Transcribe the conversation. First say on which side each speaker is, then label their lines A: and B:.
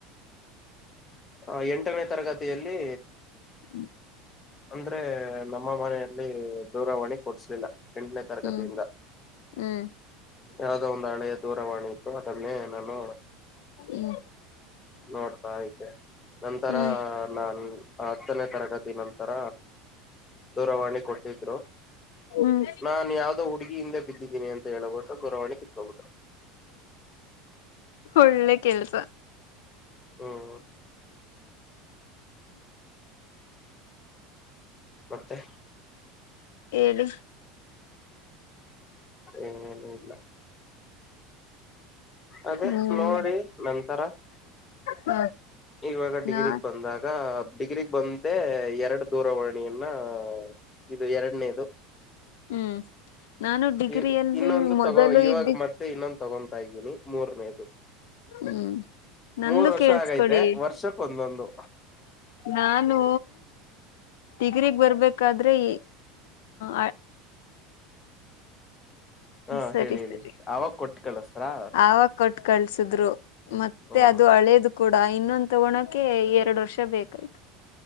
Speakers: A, on the left; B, on the left.
A: ಅ ಎಂಟನೇ ತರಗತ್ ತಿಯಲ್ಲಿ
B: ಹ್ಮ್
A: ಅಂದ್ರೆ ನಮ್ಮ ಮನೆಯಲ್ಲಿ ದೂರವಾಣಿ ಕೊಡ್ಸ್ಲಿಲ್ಲ. ಎಂಟನೇ ತರಗತಿಯಿಂದ
B: ಹ್ಮ್ ಹ್ಮ್
A: ಯಾವದೋ ಒಂದು ಹಳೆ ದೂರವಾಣಿ ಅದನ್ನೆ ನಾನು
B: ಹ್ಮ
A: ನೋಡ್ತಾ ಇದ್ದೆ ನಂತರ
B: ಹ್ಮ್
A: ನಾನ್ ಹತ್ತನೇ ತರಗತಿ ನಂತರ ದೂರವಾಣಿ ಕೊಟ್ಟಿದ್ರು.
B: ಹ್ಮ್
A: ನಾನ್ ಯಾವ್ದೋ ಹುಡುಗಿ ಹಿಂದೆ ಬಿದ್ದಿದಿನಿ ಅಂತ ಹೇಳ್ಬಿಟ್ಟು ದೂರವಾಣಿ ಕಿತ್ಕೊಂಬಿಟ್ಟರು.
B: ಒಳ್ಳೆ ಕೆಲಸ
A: ಹ್ಮ ಮತ್ತೆ
B: ಏಳಿ
A: ಏನು ಇಲ್ಲಾ ಅದೇ
B: ಹ್ಮ್
A: ನೋಡಿ ನಂತರ
B: ಹ
A: ಇವಾಗಾ ಡಿಗ್ರಿಗ್
B: ನಾ
A: ಬಂದಾಗ ಡಿಗ್ರಿಗ್ ಬಂದೆ ಎರಡ ದೂರವಾಣಿಯನ್ನ ಇದು ಎರಡನೇದು
B: ಹ್ಮ್ ನಾನು ಡಿಗ್ರಿಯಲ್ಲಿ
A: ಇ ಇನ್ನೊಂದ
B: ಮೊದಲು
A: ತಗೋ ಇವಾಗ
B: ಇದ್ದಿ
A: ಮತ್ತೆ ಇನ್ನೊಂದ ತಗೊಂತಾ ಇದ್ದೀನಿ ಮೂರನೇದು
B: ಹ್ಮ್ ನಂದು
A: ಮೂರ್ ವರ್ಷ
B: ಕೇಳ್ಸ್ಕೊಳ್ಳಿ
A: ಆಗೈತೆ ವರ್ಷಕ್ಕ ಒಂದೊಂದು
B: ನಾನು ಡಿಗ್ರಿಗ್ ಬರ್ಬೇಕಾದ್ರೆ ಇ ಆ
A: ಹಾ
B: ಸರಿ
A: ಹೇಳಿ ಹೇಳಿ
B: ಸರಿ
A: ಅವಾಗ ಕೊಟ್ ಕಳಸದ್ರಾ
B: ಆವಾಗ ಕೊಟ್ ಕಳ್ಸಿದ್ರು ಮತ್ತೆ
A: ಹ್ಮ್
B: ಅದು ಹಳೇದು ಕೂಡ ಇನ್ನೊಂದು ತಗೋಳಕೆ ಎರಡು ವರ್ಷ ಬೇಕಾಯ್ತು.